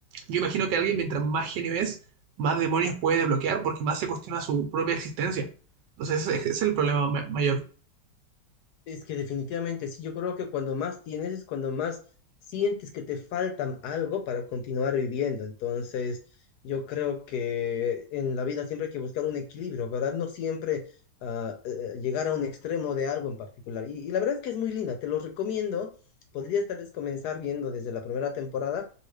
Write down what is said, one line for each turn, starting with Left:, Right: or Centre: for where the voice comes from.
Right: yo imagino que alguien, mientras más genio es, más demonios puede desbloquear porque más se cuestiona su propia existencia. Entonces, ese ese es el problema ma- mayor.
Left: Es que definitivamente sí, yo creo que cuando más tienes es cuando más sientes que te faltan algo para continuar viviendo. Entonces, yo creo que en la vida siempre hay que buscar un equilibrio, ¿verdad? No siempre ah, eh, llegar a un extremo de algo en particular. Y, y la verdad es que es muy linda, te lo recomiendo. Podrías tal vez comenzar viendo desde la primera temporada